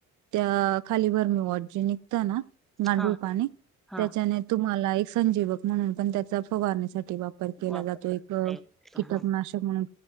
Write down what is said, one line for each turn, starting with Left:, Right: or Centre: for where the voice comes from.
Right: त्या खालीभर मी वॉड जे निघत ना गांडूळ
Centre: हा
Right: पाणी,
Centre: हा
Right: त्याच्याने तुम्हाला एक संजीवक म्हणून पण त्याचा फवारणीसाठी वापर केला
Centre: वापरत
Right: जातो. एक कीटकनाशक
Centre: हा
Right: म्हणून